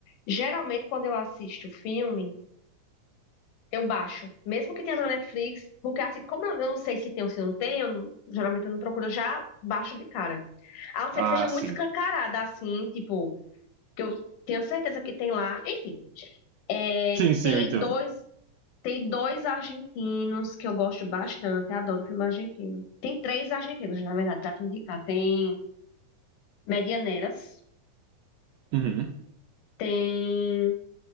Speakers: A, on the left (about 85°); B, on the right (about 80°).
A: geralmente quando eu assisto filme, Eu baixo, mesmo que tenha na Netflix, porque assim, como eu eu não sei se tem ou se não tem, eu não- geralmente eu não procuro, eu já baixo de cara. A não
B: Ah,
A: ser que seja muito
B: sim.
A: escancarada, assim, tipo, que eu tenho certeza que tem lá. Enfim, é,
B: Sim, sim,
A: tem
B: eu entendo.
A: dois, tem dois argentinos que eu gosto bastante, eu adoro filme argentino. Tem três argentinos, na verdade, pra te indicar. Tem Medianeiras,
B: Uhum,
A: tem